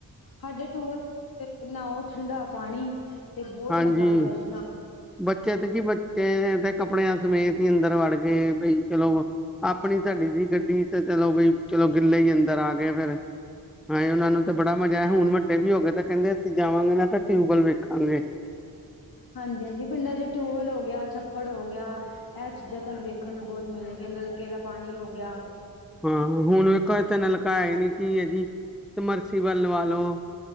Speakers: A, on the left (about 75°); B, in the centre.
A: ਸਾਡੇ ਟਿਊਬਲ ਤੇ ਨਾਓ, ਤੇ ਠੰਡਾ ਪਾਨੀ ਤੇ ਬੋਹਤ
B: ਹਾਂਜੀ
A: ਮਜ਼ਾ ਆਂਦਾ ਜੀ ਨਾਨ
B: ਬੱਚੇ ਤੇ-ਕੀ ਬੱਚੇ ਤੇ ਕੱਪੜੇਆਂ ਸਮੇਤ ਹੀ ਅੰਦਰ ਵੜ ਗਏ ਬਈ ਚਲੋ, ਆਪਨੀ ਸਾਡੀ ਸੀ ਗੱਡੀ ਤੇ ਚਲੋ, ਬਈ ਚਲੋ ਗਿੱਲੇ ਹੀ ਅੰਦਰ ਆ ਗਏ ਫੇਰ ਹਾਏ, ਉਨਾਂ ਨੂੰ ਤਾਂ ਬੜਾ ਮਜ਼ਾ ਆਏਆ, ਹੁਨ ਵੱਡੇ ਵੀ ਹੋ ਗਏ, ਤਾਂ ਕਹਿੰਦੇ ਅਸੀਂ ਜਾਵਾਂਗੇ ਨਾ ਤਾਂ ਟਿਊਬਵੈੱਲ ਵੇਖਾਂਗੇ।
A: ਹਾਂਜੀ-ਹਾਂਜੀ ਪਿੰਡਾਂ ਚ ਟਿਊਵਲ ਹੋ ਗੇਆ, ਛੱਪੜ ਹੋ ਗੇਆ ਏ ਚੀਜ਼ਾਂ ਤੁਹਾਨੂੰ ਵੇਖਨ ਨੂੰ ਬਹੁਤ ਮਿਲੇਗੀਆਂ, ਨਲਕੇ ਦਾ ਪਾਨੀ ਹੋ ਗੇਆ।
B: ਹਾਂ, ਹੁਨ ਵੇਖੋ, ਇਥੇ ਨਲਕਾ ਹੈ ਨੀ ਕੀ -ਏ ਜੀ ਸਮਰਸੀ ਵੱਲ ਲਵਾ ਲਓ।